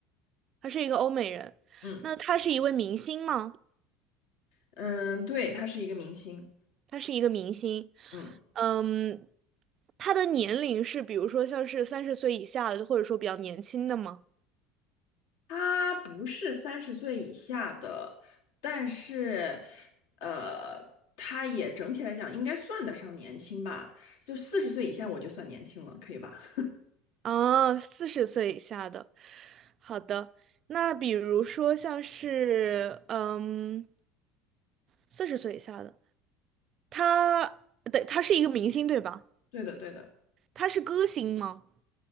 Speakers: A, on the right; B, on the left.
A: 他是一个欧美人。
B: 嗯
A: 那他是一位明星吗？
B: 嗯，对，他是一个明星。
A: 他是一个明星。
B: 嗯，
A: 嗯，他的年龄是比如说像是三十岁以下的，或者说比较年轻的吗？
B: 他不是三十岁以下的，但是，呃，他也整体来讲应该算得上年轻吧，就四十岁以下我就算年轻了，可以吧？<laughs>
A: 啊，四十岁以下的。好的，那比如说像是嗯，四十岁以下的，他对，他是一个明星对吧？
B: 对的，对的，
A: 他是歌星吗？